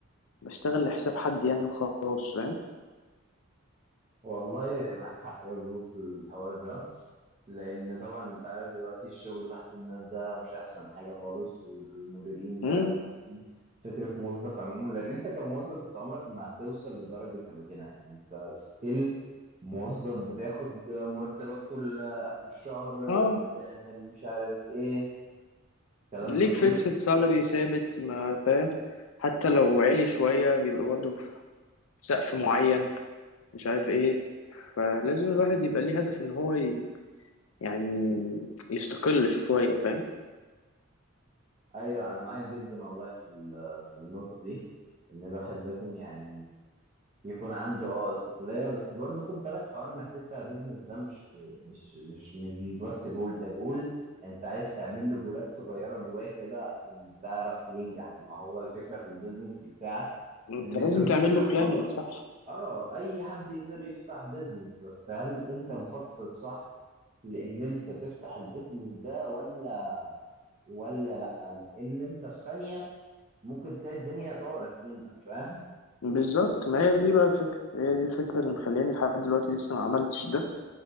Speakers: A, on the left; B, on the right.
A: بشتغل لحساب حد يعني وخلاص فاهم
B: والله معاك حق يا برو في الحوار ده لأن طبعا أنت عارف دلوقتي الشغل تحت الناس ده مش أحسن حاجة خالص والمديرين فاهم
A: امم
B: إنك تكون فكرة موظف عموما لأن أنت كموظف أنت عمرك ما هتوصل لدرجة الغنى أنت ستيل موظف بتاخد مرتبك كل آخر الشهر
A: اه
B: بتعمل مش عارف إيه الكلام
A: ليك
B: ده كله
A: فيكسد سالري ثابت ما فاهم حتى لو عالي شوية بيبقى برضه في سقف معين مش عارف إيه فلازم الواحد يبقى ليه هدف إن هو ي... يعني يستقل شوية فاهم
B: ايوه انا معاك جدا والله في ال- في النقطه دي ان الواحد لازم يعني يكون عنده اه استقلاليه بس برضه خد بالك حوار انك تفتح بيزنس ده مش مش مش مش بس جول ده جول انت عايز تعمل له جولات صغيره جواه كده عشان تعرف ينجح ما هو الفكره في البيزنس بتاعك
A: أنت
B: ان
A: لازم
B: انت مش
A: تعمل
B: تفتح
A: له بلان
B: وخلاص
A: صح
B: اه اي حد يقدر يفتح بيزنس بس هل انت مخطط صح لان انت تفتح البيزنس ده ولا ولا لا لان انت في ثانيه ممكن تلاقي الدنيا طارت منك فاهم
A: بالظبط ما هي دي بقى الفكرة هي دي الفكرة اللي مخلياني لحد دلوقتي لسه ما عملتش ده